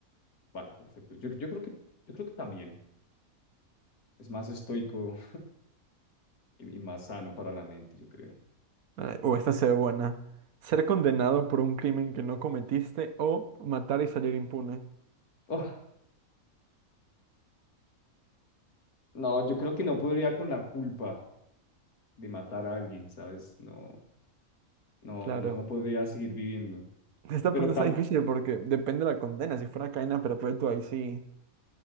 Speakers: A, on the left; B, on the right.
A: Vale, perfecto. Yo, yo creo que, yo creo que también es más estoico y, y más sano para la mente, yo creo.
B: Eh, O esta se ve buena. Ser condenado por un crimen que no cometiste o matar y salir impune.
A: Oh, no, yo creo que no podría con la culpa. de matar a alguien, ¿sabes? No, no,
B: Claro.
A: no, no podría seguir viviendo.
B: Esta
A: Pero
B: pregunta
A: tan,
B: es difícil porque depende de la condena. Si fuera cadena perpetua, ahí sí.